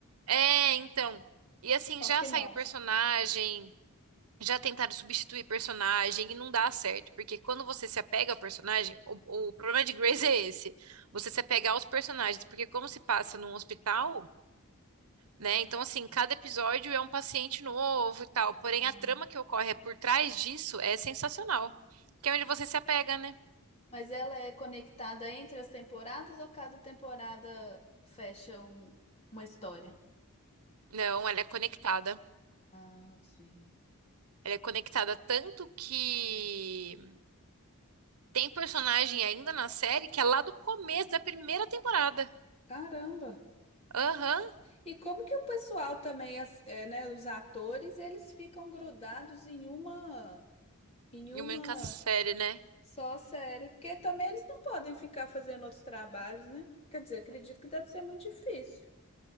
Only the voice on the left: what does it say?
<laughs>
só
que
não.
Ah,
Mas ela é conectada entre as temporadas ou cada temporada fecha um- uma história?
ah, sim.
Caramba!
E como que o pessoal também, as- é, né, os atores, eles ficam grudados em uma, em
uma
só série? Porque também eles não podem ficar fazendo outros trabalhos, né? Quer dizer, acredito que deve ser muito difícil.